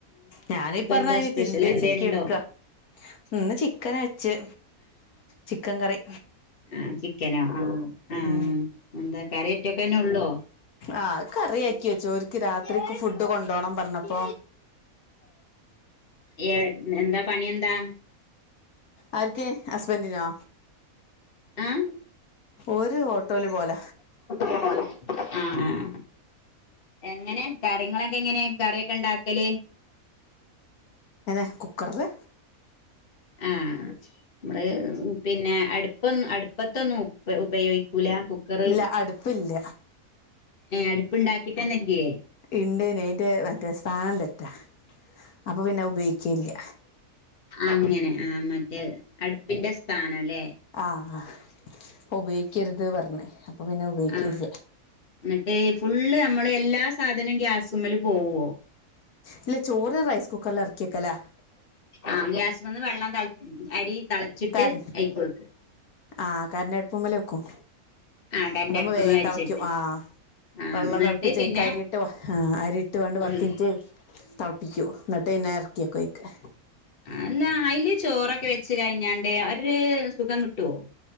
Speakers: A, on the left (about 80°); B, on the left (about 40°).
A: ഞാനീ പറഞ്ഞ
B: എന്താ
A: അതിന്
B: സ്പെഷ്യൽ
A: തിരുമ്പേ
B: എന്തേ
A: ചിക്കി
B: ഉണ്ടോ
A: എടുക്കാ ഇന്ന് ചിക്കൻ അച്ച് ചിക്കൻ കറി
B: ആ ചിക്കനോ ആ ആ
A: ഉം
B: എന്താ കറിയറ്റൊക്കെന്നെ ഉള്ളോ
A: ആഹ് കറിയാക്കി വെച്ചോ ഒക്ക് രാത്രിക്ക് ഫുഡ് കൊണ്ടപോണം പറഞ്ഞപ്പോ
B: ഏ എന്താ പണിന്താ
A: ആർക്കെ ഹസ്ബന്റി നാ
B: ആഹ്
A: ഒരു ഓട്ടോയില് പോല
B: ആഹ് എങ്ങനെ കര്യങ്ങളൊക്കെ എങ്ങനെ കറിയൊക്കെ ഇണ്ടാക്കല്
A: അതെ കുക്കറില്
B: ആഹ് പിന്നെ അടുപ്പൊന്നും അടുപ്പത്തൊന്നും ഉ ഉപയോഗിക്കൂല കുക്കറ്
A: ഇല്ല അടുപ്പില്ല
B: ഏ അടുപ്പുണ്ടാക്കിട്ട തന്നെല്ലയേ
A: ഇണ്ട്ന് അയിന്റെ മറ്റേ സ്ഥാനം തെറ്റാ അപ്പൊ പിന്നെ ഉപയോഗിക്കെല്ല
B: അങ്ങനെ ആ മറ്റേ അടുപ്പിന്റെ സ്ഥാനല്ലേ
A: ആഹ് ആഹ് അപ്പ ഉപയോഗിക്കരുത് പറഞ്ഞ് അപ്പം പിന്നെ ഉപയോഗിക്കില്ല
B: ആഹ് എന്നിട്ട് ഫുള്ള് നമ്മള് എല്ലാ സാധനവും ഗ്യാസ് <unintelligible> പോവോ <unintelligible>
A: ഇല്ല ചോറ് റൈസ് കുക്കറിൽ എറക്കി വെക്കലാ
B: ആഹ് ഗ്യാസി വന്ന് വെള്ളം തെള അരി തളച്ചിട്ട്
A: കര
B: അയിപ്പ വെക്ക്
A: ആഹ് കരണം അടുപ്പുമ്മേലെ വെക്കും
B: ആ കരണ്ടടുപ്പ്മ്മെ
A: അതാമ്പം വേഗം
B: വെച്ചിട്ട്
A: തെളയ്ക്കും ആഹ്
B: ആ
A: വെള്ളം
B: എന്നിട്ട്
A: തെളപ്പിച്ച്ക്ക
B: പിന്നെ
A: അരിയിട്ട് ആ അരിയിട്ട് വണ്ട് പത്തിറ്റ്
B: ഉം
A: തെളപ്പിക്കൂ എ പിന്നെ എർക്കി വെക്കുവായിക്കും
B: അല്ല അയില് ചോറൊക്കെ വെച്ച് കയിഞ്ഞാണ്ട് ഒര് സുഖം കിട്ടുവോ